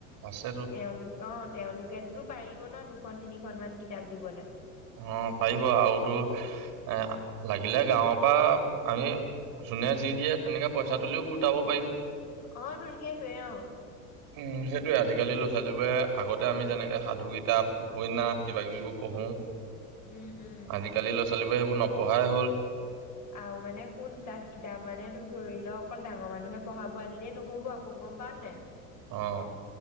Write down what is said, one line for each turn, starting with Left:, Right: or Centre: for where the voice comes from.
Right: আছেতো
Left: তেওঁলোক অ' তেওঁলোকেতোতো পাৰিব ন' দুখ দুখন, তিনিখন মান কিতাপ দিবলে।
Right: অহ, পাৰিব আৰুতো এ' লাগিলে গাঁৱৰ পৰা আমি যোনে যি দিয়ে তেনেকে পইচা তুলিও গোটাব পাৰিম।
Left: অ' তোৰ সেইটোৱে অহ।
Right: উম, সেইটোৱে আজিকালি ল'ৰা- ছোৱালীবোৰে আগতে আমি যেনেকে সাধু কিতাপ উপন্যাস কিবা -কিবি বোৰ পঢ়োঁ
Left: উম, উম।
Right: আজি কালি ল'ৰা - ছোৱালীবোৰে কোনো নপঢ়াই হ'ল
Left: আৰু মানে শুন তাত কিতাপ মানে তোৰ ধৰি ল অকল ডাঙৰ মানুহে পঢ়াবোৰ আনিলেই নহব আকৌ গম পাও ন নাই
Right: অঁ